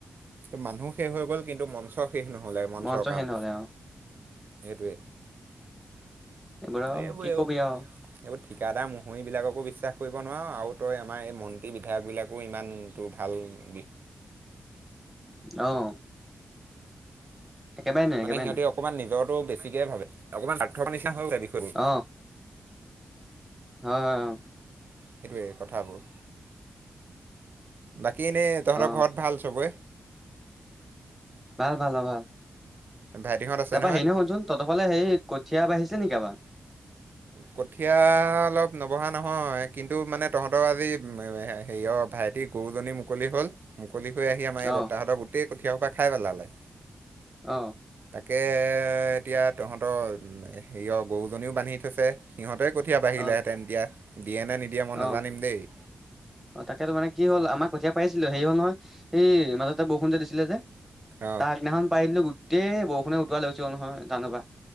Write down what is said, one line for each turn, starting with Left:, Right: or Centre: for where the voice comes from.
Right: ত' মানুহ শেষ হৈ গ'ল কিন্তু মঞ্চ শেষ নহলে মঞ্চৰ
Centre: মঞ্চ
Right: কাম।
Centre: সেই নহ'লে আৰু
Right: এইটোৱে।
Centre: এইবোৰ আৰু
Right: এইবোৰও
Centre: কি কবি
Right: এইবোৰ
Centre: আৰু
Right: ঠিকাদাৰ মোহৰি বিলাককো বিশ্বাস কৰিব নোৱাৰ আৰু তই আমাৰ এই মন্ত্ৰী বিধায়কবিলাকো ইমানটো ভাল বিষ
Centre: অ'। একেবাৰে নোৱাৰি
Right: মানে
Centre: একেবাৰে
Right: সিহঁতি
Centre: নোৱাৰি
Right: অকণমান নিজৰতটো বেছিকে ভাবে অকণমান স্বাৰ্থ নি হ গ বিষয়বোৰ
Centre: অ হয় হয় অ'।
Right: সেইটোৱেই কথাবোৰ, বাকী এনেই তহঁতৰ
Centre: অ
Right: ঘৰত ভাল চবেই?
Centre: ভাল ভাল অ' ভাল।
Right: ভাইটিহঁত আছে
Centre: তাৰপা
Right: নহয়
Centre: হে নহ শুনচোন তহঁতৰফালে সেই কঠীয়া বাঢ়িছে নেকি আবাৰ?
Right: কঠীয়া অলপ নবঢ়হা নহয় কিন্তু এইটো মানে তহঁতৰ আজি হেৰিয়ৰ ভাইটি গৰুজনী মুকলি হ'ল মুকলি হৈ আহি আমাৰ এই
Centre: অ
Right: বত্তাহতৰ গোটেই কঠীয়া সপা পৰা খাই পেলালে।
Centre: অ'।
Right: তাকে এতিয়া তহঁতৰ হেৰিয় গৰুজনীও বান্ধি থৈছে সিহঁতে কঠিয়া বাঢ়িলেহেঁতেন
Centre: অ
Right: তেতিয়া দিয়ে নে নিদিয়ে
Centre: অ
Right: মই নাজানিম দেই
Centre: অ', তাকেত তো মানে কি হ'ল আমাক কঠীয়া পাৰিছিলো হেৰি হ'ল নহয় সেই মাজতে বৰষুণ যে দিছিলে যে
Right: অ
Centre: তাৰ আগদিনাখন পাৰ দিলো গোটেই বৰষুণে উতুৱোৱা লাগিছিল নহয় জানো